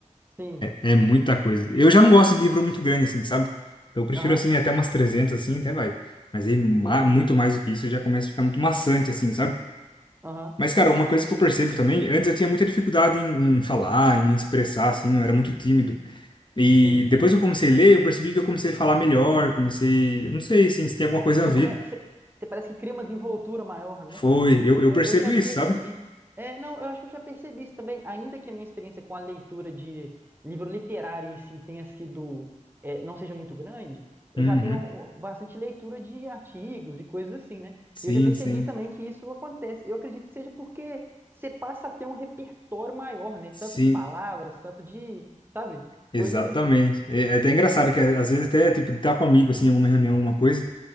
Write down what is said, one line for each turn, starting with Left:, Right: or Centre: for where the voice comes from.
Right: Sim,
Left: É
Right: sim.
Left: muita coisa. Eu já não gosto de livro muito grande, assim, sabe? Então eu prefiro,
Right: Aham.
Left: assim, até umas 300 assim, até vai. Mas aí, ma-
Right: Entendi.
Left: muito mais do que isso, já começa a ficar muito maçante, assim, sabe?
Right: Aham.
Left: Mas, cara, uma coisa que eu percebo também, antes eu tinha muita dificuldade em, em falar, em me expressar, assim, eu era muito tímido. E
Right: Sim.
Left: depois que eu comecei a ler, eu percebi que eu comecei a falar melhor, comecei... eu Não sei, assim, se tem alguma coisa
Right: Você
Left: a ver.
Right: come... você você parece que cria uma desenvoltura maior, né?
Left: Foi, eu, eu
Right: Eu,
Left: percebo
Right: eu já
Left: isso,
Right: percebi.
Left: sabe?
Right: É, não, eu acho que eu já percebi isso também. Ainda que a minha experiência com a leitura de livro literário em si tenha sido, é, não seja muito grande, eu
Left: Uhum.
Right: já tenho bastante leitura de artigos e coisas assim, né?
Left: Sim,
Right: E eu já percebi
Left: sim.
Right: também que isso acontece. Eu acredito que seja porque você passa a ter um repertório maior, né?
Left: Sim,
Right: Tanto de palavras, tanto de, sabe?
Left: exatamente.
Right: Coisas assim.
Left: É, é até engraçado que às vezes até, tipo, tá com um amigo, assim, em alguma reunião, alguma coisa...